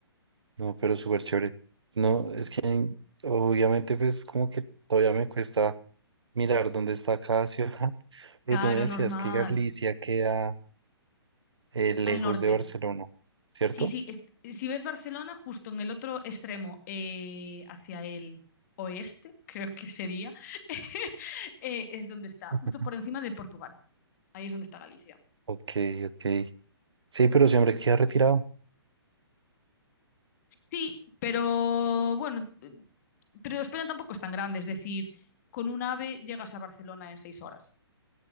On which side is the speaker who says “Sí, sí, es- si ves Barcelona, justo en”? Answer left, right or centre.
Left